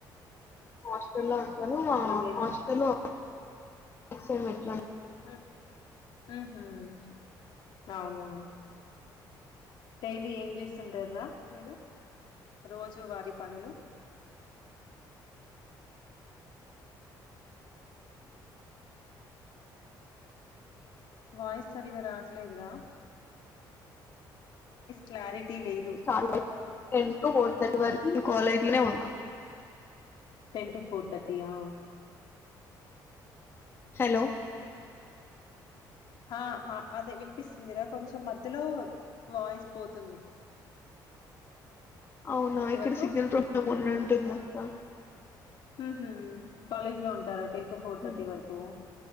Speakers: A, on the left; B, on the left.
A: హాస్టల్ల్లో అంటను మా
B: మీరు
A: హాస్టలు సెమ్మిట్రన్
B: మ్మ్ హు హ్మ్ అవునవును డైలీ ఏం చేస్తుంటార్ రా మీరు రోజువారి పనులు వాయిస్ సరిగ్గా రావట్లేదు రా క్లారిటీ లేదు
A: చాలు టెన్ టు ఫోర్ థర్టీ వర్ నే కాలేజ్ లనే ఉంటా
B: టెన్ టు ఫోర్ తర్టీయా
A: హలో
B: ఆ అదే వినిపిస్తుందిరా కొంచెం మధ్యలో వాయిస్ పోతుంది
A: అవునా ఇక్కడ
B: వరకు
A: సిగ్నల్ ప్రాబ్లమ్ ఉన్నంటుంది అక్క
B: ఊహూ కాలేజ్ లో ఉంటార ten to four Thirty
A: um.
B: వరకు